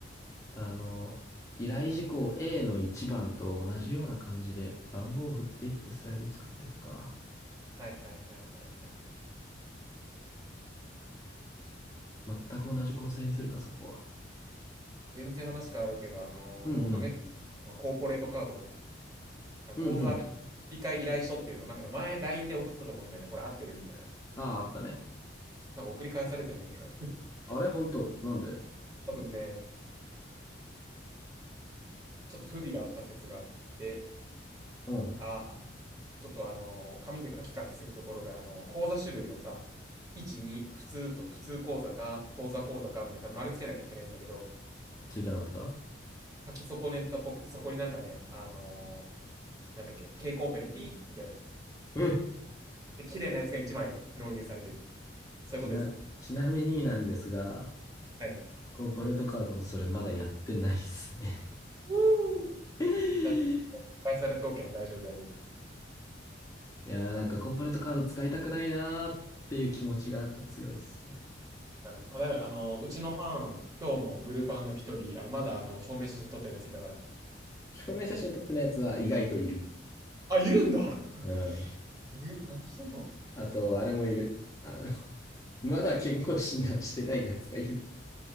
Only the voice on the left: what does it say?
あの、依頼事項 A の1番と同じような感じで番号を振っていってスライド作っていくか。
全く同じ構成にするか、そこは。
うんうん。
うんうん。
ああ、あったね。
あれ本当なんで
うん。
ついてなかった
え
ちな、ちなみになんですが、
コーポレートカードのそれまだやってないっすね。
<laughs>
いやーなんかコーポレートカード使いたくないなーっていう気持ちがやっぱ強いっすね。
証明写真撮ってないやつは意外といる。
うん。
あと、あれもいる。あの、<laughs> まだ健康診断してないやつがいる。